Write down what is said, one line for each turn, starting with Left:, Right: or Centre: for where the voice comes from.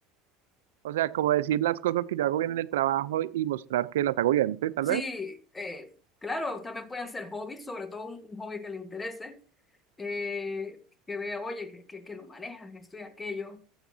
Right: O sea, como decir las cosas que yo hago bien en el trabajo y mostrar que las hago bien, ¿sí? Tal
Left: Sí,
Right: vez.
Left: eh, claro, también pueden ser hobbies, sobre todo un, un hobby que le interese, eh, que vea, oye, que, que, que lo manejas, esto y aquello.